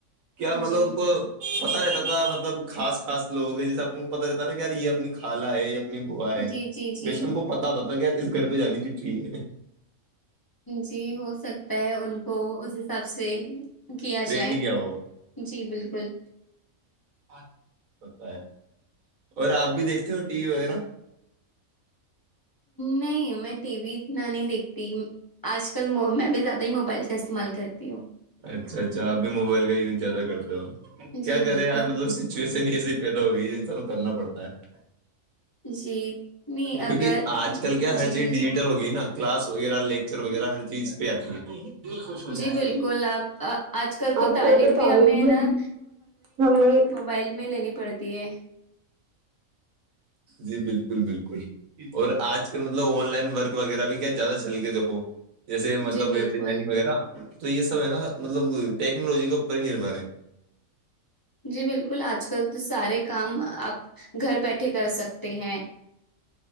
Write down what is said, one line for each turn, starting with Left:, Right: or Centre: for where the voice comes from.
Right: کیا مطلب
Left: جی
Right: ان کو پتا رہتا تھا مطلب خاص خاص لوگ گے جیسے آپ کو پتا رہتا نا کہ یار یہ اپنی خالہ ہے نی بوا ہے
Left: جی جی جی
Right: ویسے ان کو بتاتا بیر اس گھر پہ جانی چٹ ہے
Left: جی ہو سکتا ہے ان کو اس حساب سے کیا
Right: ٹرینڈ
Left: جائے
Right: کیا ہو
Left: جی بالکل
Right: اچھ ہوتا ہے اور آپ بھی دیکھ ہو ٹی وی وغیرہ
Left: نہیں میں ٹی وی اتنا نہیں دیکھتی آج کل میں بھی زیادہ ہی موبائل کا استعمال کرتی ہوں
Right: اچھا اچھا اب بھی موبائل کا یوز زیادہ کرتا ہوں
Left: جی
Right: کیا
Left: بالکل
Right: کر رہے یار ملب سچویش اس پیدا ہو گئی ج س کرنا پڑتا ہے
Left: جی نہیں
Right: کیونکہ
Left: اگر
Right: آج کل کیا ہر
Left: جی
Right: چیز
Left: بولیے
Right: ڈیجیٹل ہوگی نا کلاس وغیرہ لیکچر وغیرہ ہر چیز پہ آتی ہے د خوش ہو
Left: جی
Right: جاتی
Left: بالکل آپ آ-
Right: آج
Left: تعلیم
Right: کل تو تعالم
Left: ہمیں ہے
Right: بھی
Left: نا
Right: ہمیں
Left: موبائل میں لینی پڑتی ہے
Right: جی بالکل بکل بالکل اور آج کل مطلب آن لائن ورک وغیرہ بھی کیا زیادہ چل کے دیکو جیسے مطلب
Left: جی
Right: ویب
Left: بالکل
Right: ڈیزائننگ وغیرہ تو یہ سب ہے نا مطلب ٹیکنالوجی کے اوپر ہی نربھر ہے
Left: جی بالکل آج کل تو سارے کام آپ گھر بیٹھے کر سکتے ہیں